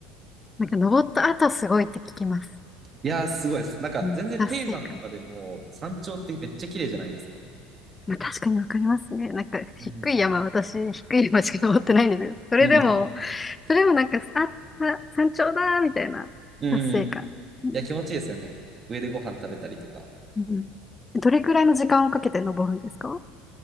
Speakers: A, on the left; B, on the right.
A: なんか登った後すごいって聞きます。
B: いやー、すごいです。なんか、
A: うん、
B: 全然低山とかでも、
A: 達成感。
B: 山頂ってめっちゃ綺麗じゃないですか。
A: まあ、確かにわかりますね。なんか、低い山、
B: うん。
A: 私、低い山しか登ってないんですけど、それでも、
B: うん。
A: それもなんか、あ、さ山頂だ、みたいな達成感。
B: うん。い
A: うん。
B: や、気持ちいいですよね。上でご飯食べたりとか。
A: うんどれくらいの時間をかけて登るんですか